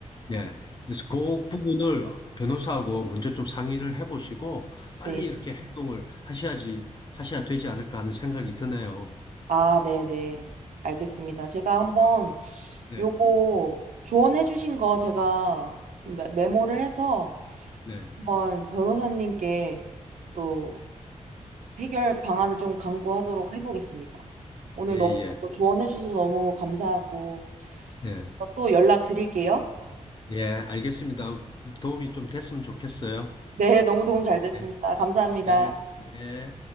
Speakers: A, on the left; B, on the right.
A: 네. 그래서 그 부분을 변호사하고 먼저 좀 상의를 해보시고 빨리
B: 네.
A: 이렇게 행동을 하셔야지, 하셔야 되지 않을까 하는 생각이 드네요.
B: 아, 네네. 알겠습니다. 제가 한번
A: 네,
B: 요거 조언해 주신 거 제가 좀 메- 메모를 해서
A: 네.
B: 한번 변호사님께 또 해결 방안을 좀 강구하도록 해보겠습니다. 오늘
A: 예,
B: 너무
A: 예,
B: 조언해 주셔서 너무 감사하고
A: 예.
B: 또 연락 드릴게요.
A: 예, 알겠습니다. 도움이 좀 됐으면 좋겠어요.
B: 네, 너무 도움 잘 됐습니다.
A: 예,
B: 감사합니다.
A: 예, 예.